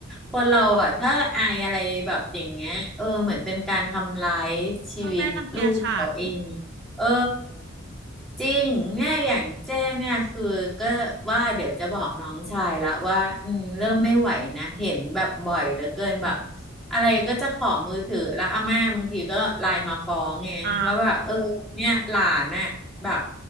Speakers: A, in the centre; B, on the right (about 55°).
A: คนเราอ่ะถ้าอายอะไรแบบอย่างเงี้ยเออเหมือนเป็นการทำร้ายชีวิตลูกเขาเอง
B: พ่อแม่รังแกฉัน <laughs>
A: เออจริงเนี่ยอย่างเจ้งเนี่ยคือก็ว่าเดี๋ยวจะบอกน้องชายละว่าอืมเริ่มไม่ไหวนะเห็นแบบบ่อยเหลือเกินแบบอะไรก็จะขอมือถือแล้วอาม่าบางทีก็ไลน์มาฟ้องไงว่าแบบเออเนี่ยหลานน่ะแบบ
B: อ่า